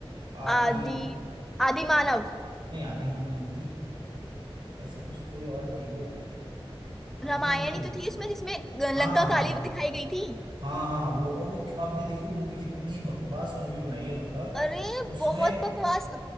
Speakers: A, on the right; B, in the centre.
A: आदि
B: आदि आदि मानव
A: नहीं आदि मानव नहीं थी ऐसी कुछ कोई और थी वो आदि
B: रामायण
A: मानव तो
B: ही
A: नहीं
B: तो थी
A: थी
B: उसमें जिसमें
A: हाँ
B: लंका काली
A: हाँ
B: दिखाई गई थी
A: हाँ हाँ वो अब वो आपने देखी वो मूवी कितनी बकवास मूवी बनाई है मतलब
B: अरे
A: उसमें
B: बहुत बकवास